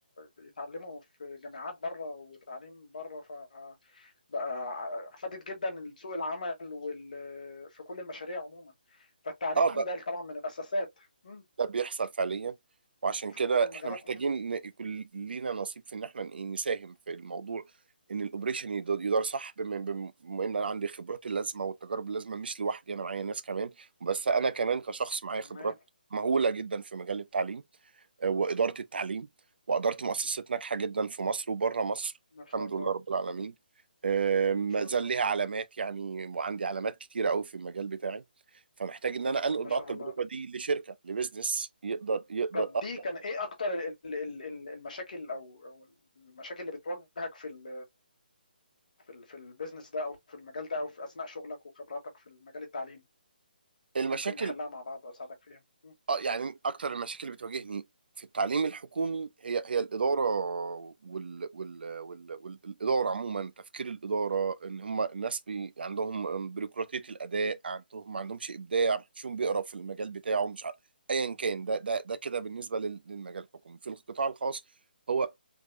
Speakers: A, on the left (about 50°); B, on the right (about 75°).
A: يتعلموا في جامعات بره وتعليم بره بقى فادت جدا سوق العمل وال... في كل المشاريع عموما فالتعليم
B: اه
A: ده طبعا من الأساسات مم.
B: ده بيحصل فعليا وعشان
A: في
B: كده
A: كل المجالات
B: احنا محتاجين
A: مم.
B: إن يكون لينا نصيب في ان احنا إيه نساهم في الموضوع ان الاوبريشن يد- يدار صح بما بم- بما ان انا عندي خبرات اللازمه والتجارب اللازمه مش لوحدي انا معايا ناس كمان بس انا كمان كشخص معايا خبرات
A: تمام
B: مهوله جدا في مجال التعليم وإدارة التعليم وأدارة مؤسسات ناجحة جدا في مصر وبره مصر
A: ما شاء
B: الحمد
A: الله
B: لله رب العالمين
A: مم.
B: آه،
A: ما
B: ما
A: شاء
B: زال
A: الله
B: ليها علامات يعني وعندي علامات كتيرة قوي في المجال بتاعي فمحتاج إن أنا أنقل
A: ما
B: بقى
A: شاء
B: التجربة
A: الله
B: دي لشركة لبزنس يقدر يقدر
A: طب
B: أقدر
A: دي كان ايه اكتر ال- ال- ال- ال- المشاكل او او المشاكل اللي بتواجهك في ال في ال في البيزنس ده او في المجال ده او في اثناء شغلك وخبراتك في المجال التعليمي
B: المشاكل
A: ممكن نحلها مع بعض واساعدك فيها مم.
B: اه يعني اكتر المشاكل اللي بتواجهني في التعليم الحكومي
A: مم.
B: هي هي الاداره وال وال وال والاداره عموما تفكير الاداره ان هم الناس بي عندهم بيروقراطيه الاداء عندهم ما عندهمش ابداع ما حدش بيقرا في المجال بتاعه مش عارف ايا كان ده ده ده كده بالنسبه لل- للمجال الحكومي في القطاع الخاص هو